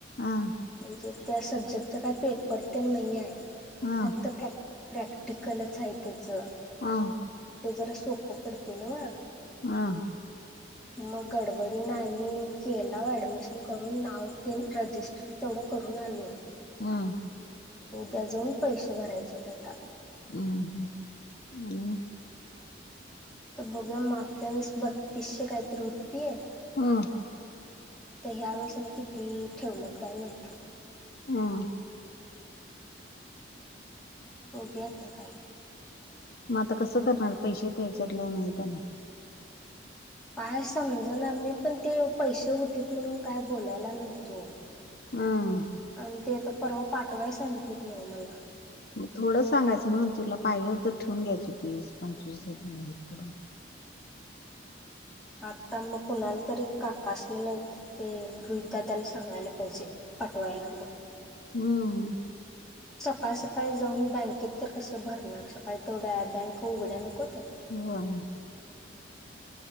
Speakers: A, on the left; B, in the centre.
A: आ
B: म्हणजे त्या सब्जेक्टचं काही पेपर ते नाही आहे
A: हा
B: फक्त प्रॅक्टिस प्रॅक्टिकलच आहे त्याचं
A: हा
B: ते जरा सोप पडते ना वा
A: हह हा
B: मग गडबडी केला ऍडमिशनकरून नाव रजिस्टर करून आलोय
A: हा
B: उद्या जाऊन पैसे भरायचे आता
A: हम् ह ह
B: तर बघू मागच्या वेळेस बत्तीसशे काहीतरी होतीय
A: हम
B: मगता ह्या वेळेसून किती ठेवलत काय माहिती
A: हा
B: बघेत टाकय का
A: मग आता कसं करणार पैसे त्याच्यातलं नाहीतने
B: काय समज ना मी पण ते पैसे होते म्हणून काय बोलायला नव्हतो <unintelligible>
A: ह
B: आणि ते आता परवा पाठवाय सांगितलेत न मला
A: मग थोडं सांगायचं ना तुला पाहिजे हो तर ठेवून घ्यायच होतीस पंचवीस ह इकडून
B: आता मग कुणाला तरी काकास नाही नाही ते रोहितदादाला सांगायला पाहिजे पटवायलाम
A: हा
B: सकाळ सकाळी जाऊन बँकेत तर कसं भरणार सकाळी तेवढ्या बँक उघड्या नको तर
A: ह